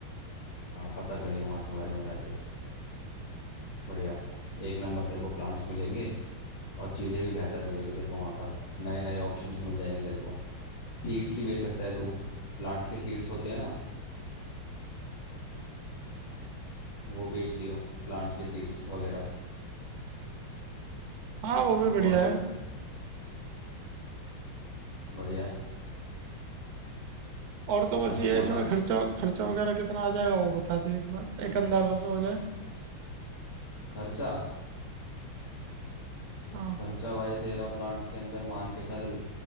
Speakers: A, on the left; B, on the right.
A: हाँ पता करियो वहाँ के बारे में जाके बढ़िया एक नंबर तेरे को प्लांट्स मिलेंगे और चीज़ें भी बेहतर मिलेगी तेरे को वहाँ पर नए नए ऑप्शंस मिल जाएंगे तेरे को सीड्स भी बेच सकता है तू प्लांट्स के सीड्स होते हैं ना वो बेच लियो प्लांट्स के सीड्स वगैरह
B: हाँ वो भी बढ़िया
A: और कुछ
B: है
A: बढ़िया है
B: और तो बस
A: मस्त
B: ये है
A: मज़ा
B: इसमें खर्चा खर्चा वगैरह कितना आ जाएगा वो बता दे एक बार एक अंदाजा से हो जाए
A: खर्चा
B: हाँ
A: खर्चा भाई तेरा प्लांट्स के अंदर मान के चल